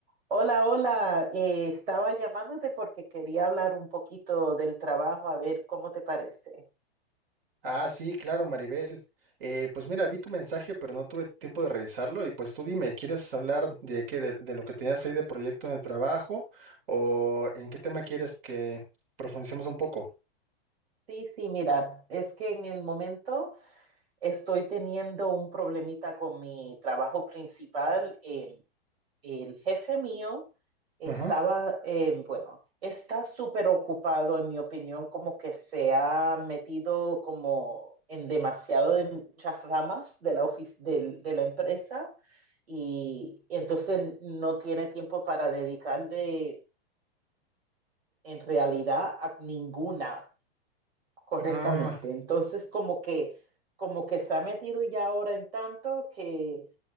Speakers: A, on the right; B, on the right.
A: Hola, hola. eh, estaba llamándote porque quería hablar un poquito del trabajo, a ver cómo te parece.
B: Ah, sí, claro, Maribel. Eh, pues mira, vi tu mensaje, pero no tuve tiempo de revisarlo. Y pues tú dime, ¿quieres hablar de qué, de, de lo que tenías ahí de proyecto en el trabajo? ¿O en qué tema quieres que profundicemos un poco?
A: Sí, sí, mira, es que en el momento estoy teniendo un problemita con mi trabajo principal. eh, el jefe mío estaba,
B: Ujú.
A: eh, bueno, está súper ocupado, en mi opinión, como que se ha metido como en demasiado de muchas ramas de la, ofic- del- de la empresa y y entonces no tiene tiempo para dedicarle en realidad a ninguna correctamente.
B: Mm,
A: Entonces como que, como que se ha metido ya ahora en tanto que